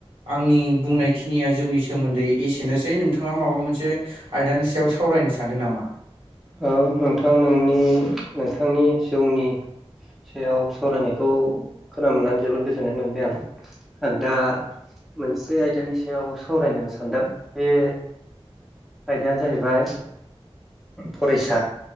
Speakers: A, on the right; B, in the centre.
A: आंनि बुंनायखिनिया जौनि सो सोमोन्दै एसेनोसै नोंथाङा माबा मोनसे आयदानि सायाव सावरायनो सानदों नामा।
B: औ नोंथां नोंनि नोंथांनि जौनि सायाव सावरायनायखौ खोना मोननानै जोबोर गोजोननाय मोनबाय आं आं दा मोनसे आयदानि सायाव सावरायनो सानदों बे आयदायानो जाहैबाय फरायसा